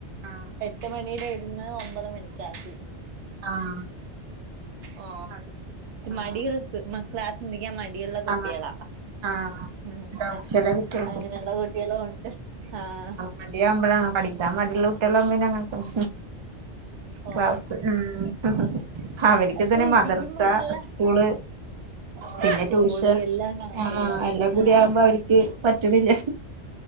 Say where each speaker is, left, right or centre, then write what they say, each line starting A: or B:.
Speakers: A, on the right (about 45°); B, on the right (about 80°).
A: ആഹ്
B: എട്ട് മണിയുടെ ആയിരുന്നു ഒമ്പതുമണിക്ക് ആക്കി
A: ആഹ്
B: ഓ
A: അതന്നെ. ആഹ്
B: മടിയുള്ള ക്ലാസിലിരിക്കാൻ മടിയുള്ള കുട്ട്യാള
A: ആഹ് ആഹ്
B: ഉം
A: ഉണ്ടാവും ചില കുട്ടികൾക്കും
B: അങ്ങനെള്ള കുട്ട്യെളും ഒണ്ട് ആഹ്
A: മടിയാവുമ്പളാണ് പഠിക്കാം മടിള്ള കുട്ട്യാളാവ്മ്പ പിന്നെ ഞമ
B: ഓ
A: ക്ലാസ് ഊം അവര്ക്ക്
B: പക്ഷെ
A: തന്നെ മദ്ർസ
B: ഇരിക്കുമ്പോ നല്ല
A: സ്കൂള്
B: ആഹ്
A: പിന്നെ
B: സ്കൂള്
A: ട്യൂഷൻ
B: എല്ലാം കാണത്തില്ലേ
A: ആഹ് എല്ലം കൂടി
B: ആഹ്
A: ആവുമ്പാെ അവര്ക്ക് പറ്റ്ണില്ലാ